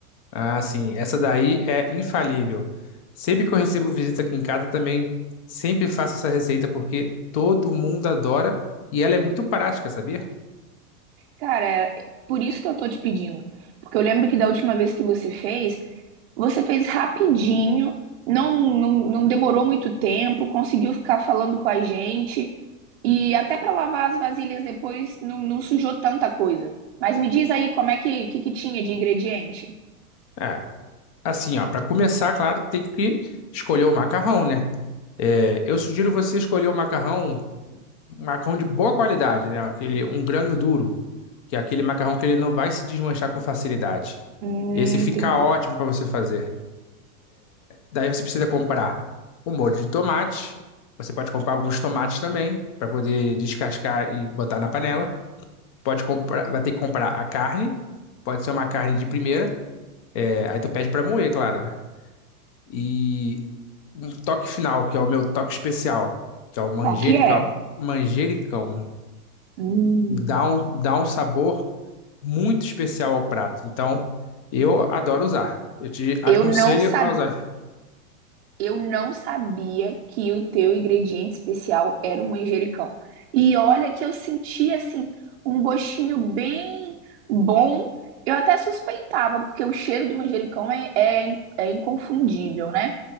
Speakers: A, on the left; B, on the right.
A: Ah, sim, essa daí é infalível. Sempre que eu recebo visita aqui em casa também, sempre faço essa receita porque todo mundo adora e ela é muito prática, sabia?
B: Cara, é por isso que eu tô te pedindo. Porque eu lembro que da última vez que você fez, você fez rapidinho, não, não, não demorou muito tempo, conseguiu ficar falando com a gente. E até para lavar as vasilhas depois não, não sujou tanta coisa. Mas me diz aí como é que, que, que tinha de ingrediente?
A: Ah, assim, ó, para começar, claro, tem que escolher o macarrão, né? É, eu sugiro você escolher o macarrão Um macarrão de boa qualidade, né? Aquele, um grano duro, que é aquele macarrão que ele não vai se desmanchar com facilidade.
B: Hum,
A: Esse fica
B: entendi.
A: ótimo para você fazer. Daí você precisa comprar o molho de tomate. Você pode comprar alguns tomates também, para poder descascar e botar na panela. Pode comprar, vai ter que comprar a carne. Pode ser uma carne de primeira. É, aí tu pede para moer, claro, né? E um toque final, que é o meu toque especial, que é o manjericão.
B: Qual que é?
A: Manjericão.
B: Hum,
A: dá um, dá um sabor muito especial ao prato. Então, eu adoro usar. Eu te aconselho
B: eu não sabia.
A: a usar.
B: Eu não sabia que o teu ingrediente especial era o manjericão. E olha que eu senti assim um gostinho bem bom. Eu até suspeitava, porque o cheiro do manjericão é, é, é inconfundível, né?